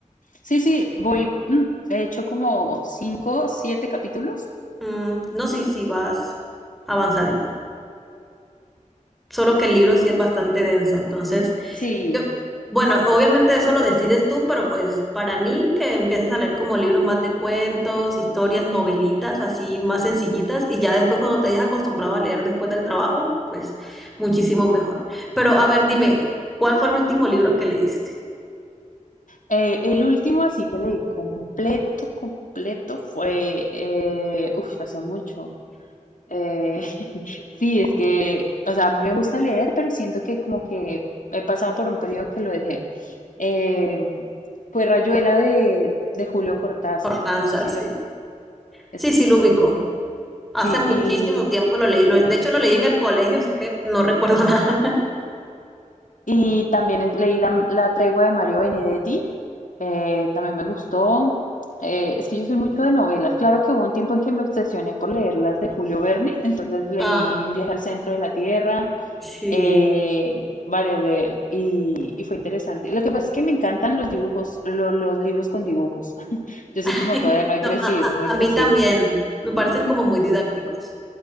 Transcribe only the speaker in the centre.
Mm, no sé si vas avanzadita. Solo que el libro sí es bastante denso. Entonces,
yo, bueno, obviamente eso lo decides tú, pero pues para mí que empieces a leer como libros más de cuentos, historias, novelitas, así más sencillitas, y ya después cuando te hayas acostumbrado a leer después del trabajo, pues muchísimo mejor. Pero a ver, dime, ¿cuál fue el último libro que leíste?
Cortázar,
sí.
Sí, sí, lo ubico. Hace
muchísimo
tiempo lo leí. lo- de hecho, lo leí en el colegio, así que no recuerdo <laughs> nada.
Ah,
sí.
<laughs>
No,
a, a-
a
mí también. Me parecen como muy didácticos.